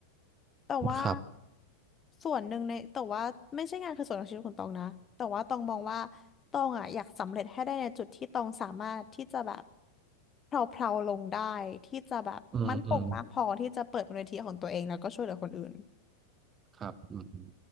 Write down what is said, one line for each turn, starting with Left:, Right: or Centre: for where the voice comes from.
Left: แต่ว่า
Right: ครับ
Left: ส่วนหนึ่งในแต่ว่าไม่ใช่งานคือส่วนของชีวิตของตองนะแต่ว่าตองมองว่าตองอ่ะอยากสำเร็จให้ได้ในจุดที่ตองสามารถที่จะแบบเพลาๆลาลงได้ที่จะแบบมั่นคงมากพอที่จะเปิดมูลนิธิของตัวเองแล้วก็ช่วยเหลือคนอื่น
Right: อืมอืมครับอืมอืม